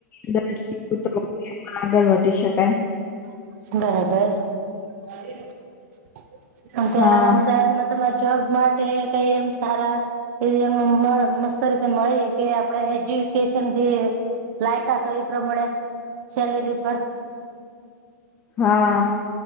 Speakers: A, on the left; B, on the right.
A: ની મદદથી ચા આગળ વધ તે શકાય.
B: બરાબર અ અમદાવાદ મા
A: હા
B: તમાર જોબ માટે કઈ એમ સારા એ મસ્ત રીતે મળી કે આપણે એજ્યુકેશન જે લાયતા તો એ પ્રમાણે સેલેરી પર.
A: હા